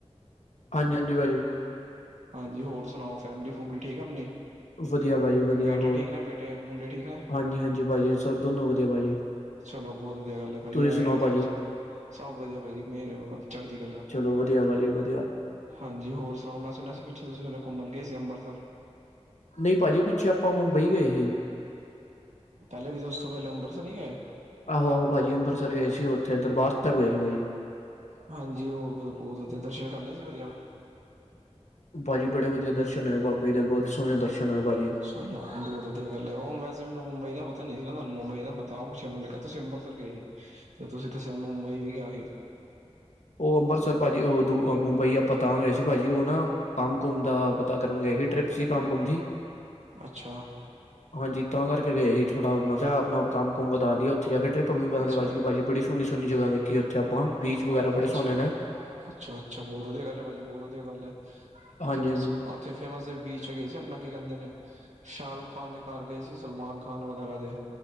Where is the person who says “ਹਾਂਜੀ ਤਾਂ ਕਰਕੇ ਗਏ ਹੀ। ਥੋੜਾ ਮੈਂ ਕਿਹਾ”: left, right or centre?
Left